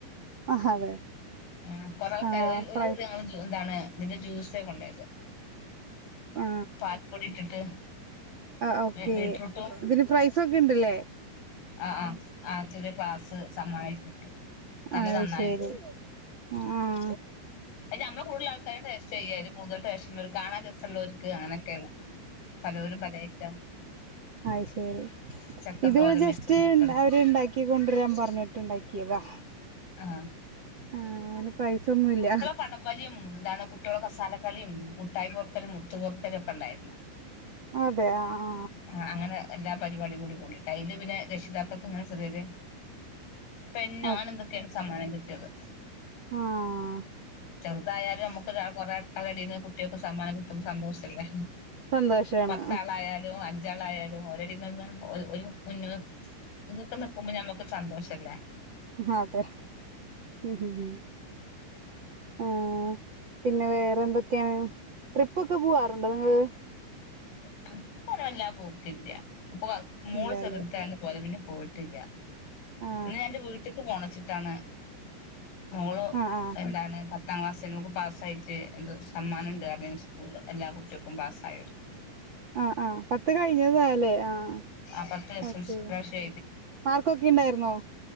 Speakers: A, on the right; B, on the left.
A: ആ അതെ
B: ആ കൊറെേ ആൾക്കാരർ
A: ആ ഫ്രൈ
B: ഒരു <unintelligible> എന്താണ് ഇതിന്റെ ജ്യൂസേ കൊണ്ടോയത്
A: ആ
B: പാൽപ്പൊടി ഇട്ടിട്ട്
A: ആ ഓക്കെ
B: ബീട്രൂട്ടും
A: ഇതിന് പ്രൈസ് സോഒക്കെ ഉണ്ട്ല്ലേ
B: ആ ആ ആ ചെറിയ ക്ലാസ്സ് സമ്മാനയി കിട്ടും നല്ല
A: ആയി
B: നന്നായിണ്ട്
A: ശരി ആഹ
B: നമ്മള കൂടള്ള ആൾക്കാരും ടെസ്റ്റ് ചെയ്യാനും കുടുതൽ ടെസ്റ്റ്‌ ഉള്ളവർക് കാണാൻ രസമുള്ളവർക്ക് അങ്ങനെയൊക്കെയ പലോരും പലയ്റ്റാ
A: ആയ് ശരി
B: ചക്കൻ
A: ഇത് ഇവര്
B: തോരൻ
A: ജസ്റ്റ്
B: വെച്ച് നോക്കണ്ട്
A: അവര്ണ്ടാക്കൊണ്ടരാൻ പറഞ്ഞിട്ട്ണ്ടാക്കിയതാ
B: ആഹ
A: ആഹ അയ്ന് പൈസ ഒന്നുല്ല
B: വടംവലിയും എന്താണ് കുട്ടികളുടെ കസാലക്കളിയും മുട്ടായി പൊർക്കലും മുത്തു കോർക്കലും ഒക്കെ ഉണ്ടായിരുന്നു
A: അതെ ആ ആ
B: ആ അങ്ങനെ എല്ലാ പരിപാടി കൂടി കൂടിയിട്ട് അയില് പിന്നെ രക്ഷിതാകളും ചെറിയൊരു പെന്നോ
A: ആ
B: അങ്ങനെ എന്തൊക്കെയാണ് സമ്മാനം കിട്ടിയത്
A: ആഹ
B: ചെറുതായാലും നമുക്ക് കൊറെ ആൾക്കളുടെ ഇടയിൽ നിന്ന് കുട്ടികൾക്ക് സമ്മാനം കിട്ടുമ്പോ സന്തോഷല്ലേ
A: സന്തോഷാണ്
B: പത്താളായാലും അഞ്ചാളായാലും ഒരിടയിൽ നിന്ന് ഒരു മുന്നിട്ട് നിൽക്കുമ്പോ നമ്മുക്ക് സന്തോഷല്ലേ-
A: അതെ ഉം ഉം ആഹ പിന്നെ വേറെ എന്തൊക്കെയാണ് ട്രിപ്പൊക്കെ പോവാറുണ്ടോ നിങ്ങള്-
B: ട്രിപ്പ്‌ ഒന്നും വല്ലാതെ പോക്കില്ല അപ്പോ മോള്
A: ഇല്ലാല്ലേ
B: ചെറുതായന്ന് പോയതാ പിന്നെ പോയിട്ടില്ല
A: ആ
B: ഇന്ന് ഞാൻ എന്റെ വീട്ടിക്ക് പോണച്ചിട്ടാണ് മോള്
A: ആ ആ
B: എന്താണ് പത് പത്താം ക്ലാസ്സില് നമുക്ക് പാസ്സായിട്ട് എന്തോ സമ്മാനം ഉണ്ട് പറഞ്ഞിനു സ്കൂളിൽ എല്ലാ കുട്ടികൾക്കും പാസ്സായ
A: ആഹ ആഹ പത്ത് കഴിഞ്ഞതല്ലേ ആഹ
B: ആ പത്ത് എസ്
A: ഓക്കെ
B: എൽ സി ഇപ്രാവശ്യം
A: മാർക്കൊക്കെ ഇണ്ടായിരുന്നോ